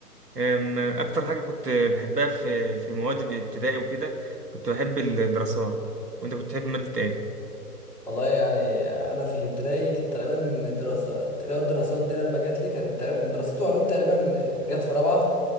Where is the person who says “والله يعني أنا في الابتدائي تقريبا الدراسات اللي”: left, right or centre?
Centre